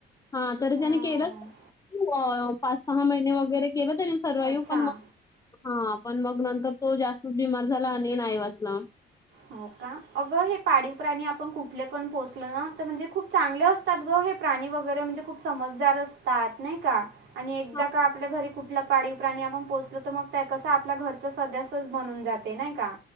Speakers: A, on the left; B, on the right.
A: हा तरी
B: हं.
A: त्याने केलं. <inaudible> हो पाच सहा महिने वगैरे केलं त्याने सर्वाइव्ह
B: अच्छा.
A: पण म हा पण मग नंतर तो जास्तच बिमार झाला आणि नाही वाचला.
B: हो का अगं हे पाळीव प्राणी आपण कुठले पण पोसलं ना तर म्हणजे खूप चांगले अस तात गं हे प्राणी वगैरे म्हणजे खूप समजदार असतात नाही का आणि एकदा
A: हा
B: का आपल्या घरी कु ठला आपलं पाळीव प्राणी आपण पोसलं तर मग त्या कसं आपल्या घरचा सदस्यच बनून जाते नाही का.